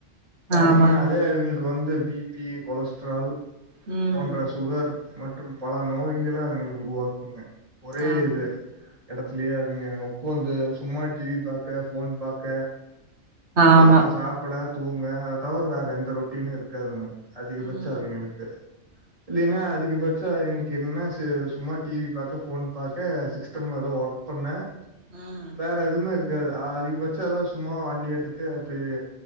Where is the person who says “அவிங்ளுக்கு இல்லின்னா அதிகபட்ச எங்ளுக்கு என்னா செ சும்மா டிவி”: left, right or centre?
Right